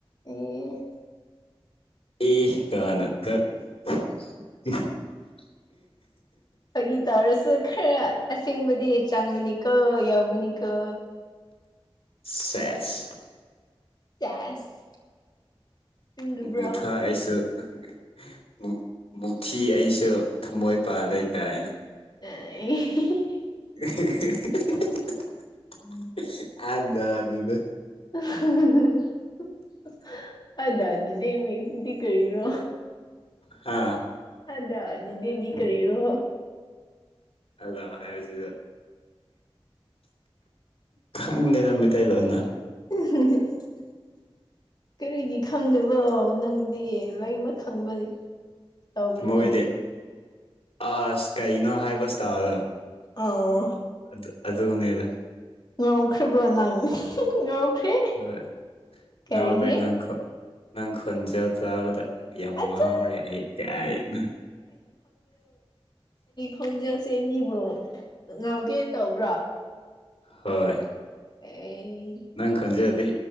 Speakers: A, on the left (about 45°); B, on the left (about 85°).
A: ꯑꯦ
B: ꯑꯦ ꯀꯅ ꯇꯠ <unintelligible>
A: ꯐꯥꯒꯤ ꯇꯧꯔꯁꯨ ꯈꯔ ꯑꯁꯦꯡꯕꯗꯤ ꯆꯥꯡꯕꯤꯅꯤ ꯀꯣ ꯌꯥꯎꯕꯅꯤꯀꯣ
B: ꯁꯦꯁ
A: ꯆꯦꯁ ꯆꯨꯝꯗꯕ꯭ꯔꯣ
B: ꯃꯨꯊꯥꯏ ꯑꯩꯁꯨ <unintelligible> ꯃꯨ ꯃꯨꯊꯤ ꯑꯩꯁꯨ ꯊꯃꯣꯏꯄꯥꯥꯂꯦ ꯀꯥꯏꯅ
A: <unintelligible>
B: <unintelligible> ꯑꯗ ꯑꯗꯨꯗ
A: <unintelligible> ꯑꯗꯥꯗꯤꯗꯤ ꯃꯤꯡꯗꯤ ꯀꯔꯤꯅꯣ
B: ꯍꯥꯥ
A: ꯑꯗꯅꯤꯗꯤꯗꯤ ꯀꯔꯤꯔꯣ
B: ꯑꯗꯣ ꯍꯥꯏꯔꯁꯤ <unintelligible> ꯈꯪꯗꯦꯗ ꯃꯩꯇꯩꯂꯣꯟꯅ
A: <unintelligible> ꯀꯔꯤꯒꯤ ꯈꯪꯗꯕ꯭ꯔꯣ ꯅꯪꯗꯤ ꯂꯣꯏꯃꯛ ꯈꯪꯕ ꯇꯧꯕꯅꯤ
B: ꯃꯣꯏꯗꯤ ꯑꯁ ꯀꯩꯅꯣ ꯍꯥꯏꯕ ꯏꯁꯇꯥꯏꯜ ꯗꯣ
A: ꯑꯣ
B: ꯑꯗꯨ ꯑꯗꯨꯅꯦꯗ
A: ꯉꯥꯎꯈ꯭ꯔꯕ꯭ꯔꯣ ꯅꯪ <unintelligible> ꯉꯥꯎꯈ꯭ꯔꯦ
B: ꯍꯣꯏ
A: ꯀꯔꯤꯒꯤ
B: ꯉꯥꯎꯈ꯭ꯔꯦ ꯅꯪ ꯅꯪ ꯈꯣꯟꯖꯦꯜ ꯇꯥꯕꯗ ꯌꯥꯝ
A: ꯑꯠꯆꯥ
B: ꯉꯥꯎꯔꯦ ꯑꯩ ꯀꯥꯢꯅ
A: ꯈꯣꯡꯖꯦꯜꯁꯦ ꯃꯤꯕꯨ ꯉꯥꯎꯒꯦ ꯇꯧꯕ꯭ꯔꯣ
B: ꯍꯣꯏ
A: ꯑꯩ
B: ꯅꯪ ꯈꯣꯟꯖꯦꯜꯗꯤ